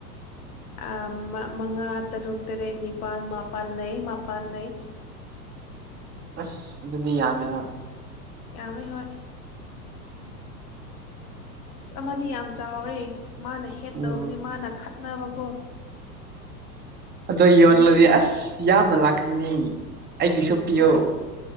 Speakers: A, on the left; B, on the right.
A: ꯑ ꯃꯥ ꯃꯉꯥ ꯇꯔꯨꯛ ꯇꯔꯦꯠ ꯅꯤꯄꯥꯜ ꯃꯥꯄꯥꯟ ꯂꯩ ꯃꯥꯄꯥꯟ ꯂꯩ
B: ꯑꯁ ꯑꯗꯨꯗꯤ ꯌꯥꯝꯃꯦꯅ
A: ꯌꯥꯝꯃꯦ ꯍꯣꯏ ꯑꯁ ꯑꯃꯗꯤ ꯌꯥꯝ ꯆꯥꯎꯔꯦ ꯃꯥꯅ ꯍꯦꯠ
B: ꯎꯝ
A: ꯇꯧꯕꯅꯦ ꯃꯥꯅ ꯈꯠꯅꯕꯀꯣ
B: ꯑꯗꯣ ꯌꯣꯜꯂꯗꯤ
A: ꯃꯤ
B: ꯑꯁ ꯌꯥꯝꯅ ꯂꯥꯛꯀꯅꯤꯅꯦ ꯑꯩꯒꯤꯁꯨ
A: ꯍꯣꯏ
B: ꯄꯤꯌꯣ